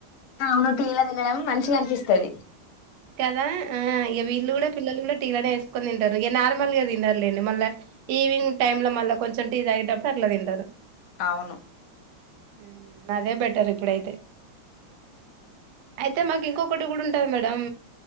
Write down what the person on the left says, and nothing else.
అవును టీ లా తినడం మంచిగనిపిస్తది
అవును